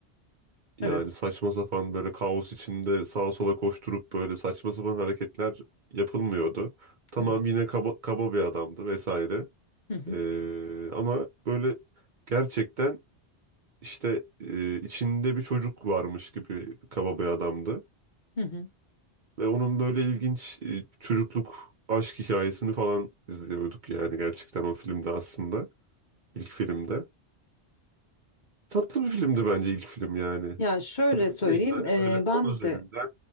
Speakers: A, on the right; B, on the left.
A: Yani
B: Evet.
A: saçma sapan böyle kaos içinde sağa sola koşturup böyle saçma sapan hareketler yapılmıyordu. Tamam
B: Evet.
A: yine kaba, kaba bir adamdı vesaire.
B: Hı hı.
A: Ee, ama böyle gerçekten işte e, içinde bir çocuk varmış gibi kaba bir adamdı.
B: Hı hı.
A: Ve onun böyle ilginç e, çocukluk aşk hikayesini falan izliyorduk yani gerçekten o filmde aslında. ilk filmde. Tatlı bir filmdi bence ilk film yani.
B: Ya şöyle söyleyeyim,
A: Değildi
B: e,
A: hani böyle
B: ben
A: 10 üzerinden
B: de